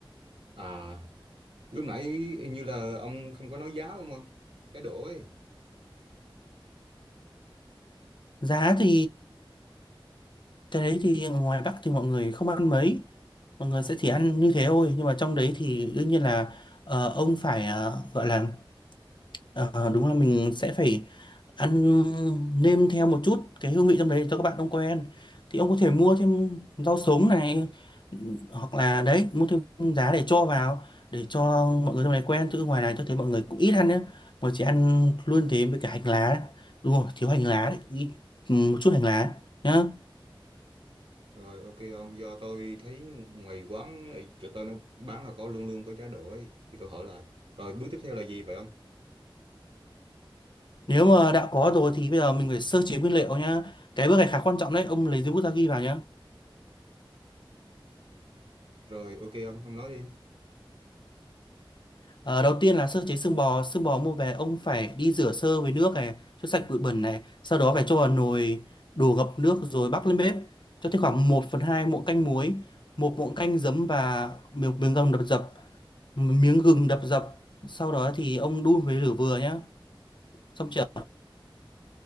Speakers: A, on the right; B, on the left.
A: À, lúc nãy hình như là ông không có nói giá đúng không? Cái đổ ấy.
B: Giá thì cái đấy thì ngoài Bắc thì mọi người không ăn mấy mọi người sẽ chỉ ăn như thế thôi nhưng mà trong đấy thì đương nhiên là ờ, ông phải ờ, gọi là ờ, đúng là mình sẽ phải ăn nêm theo một chút cái hương vị trong đấy cho các bạn ông quen thì ông có thể mua thêm rau sống này hoặc là đấy mua thêm giá để cho vào để cho mọi người trong này quen chứ ngoài này tôi thấy mọi người cũng ít ăn nữa mà chỉ ăn luôn thế với cả hành lá đúng rồi thiếu hành lá đấy ít, một chút hành lá nhá
A: Rồi ok ông, do tôi thấy ngoài quán ấy, chỗ tôi nó bán là có luôn luôn có giá đỗ ấy. Thì tôi hỏi lại. Rồi bước tiếp theo là gì vậy ông?
B: Nếu mà đã có rồi thì bây giờ mình phải sơ chế nguyên liệu nhá. Cái bước này khá quan trọng đấy, ông lấy giấy bút ra ghi vào nhá.
A: Rồi ok ông, ông nói đi.
B: Ờ, đầu tiên là sơ chế xương bò, xương bò mua về ông phải đi rửa sơ với nước này, cho sạch bụi bẩn này, sau đó phải cho vào nồi đổ ngập nước rồi bắc lên bếp, cho thêm khoảng một phần 2 muỗng canh muối, một muỗng canh giấm và miếng, miếng gừng đập dập, miếng gừng đập dập, sau đó thì ông đun với lửa vừa nhá. Xong chưa?